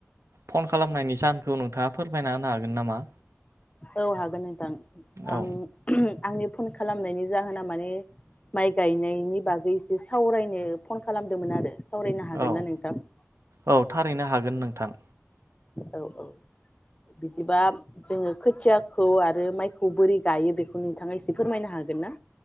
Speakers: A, on the right (about 70°); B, on the left (about 25°).
A: फन खालामनायनि जाहोनखौ नोंथाङा फोरमायना होनो हागोन नामा?
B: औ हागोन। दां
A: औ
B: आं आंनि फन खालामनायनि जाहोना माने माइ गायनायनि बागै एसे सावरायनो फन खालामदोंमोन आरो। सावरायनो हागोनना
A: औ
B: नोंथां?
A: औ थारैनो हागोन नोंथां।
B: औ ओ बिदिबा जोङो खोथियाखौ आरो माइखौ बोरै गायो बेखौ नोंथाङा एसे फोरमायनो हागोन ना?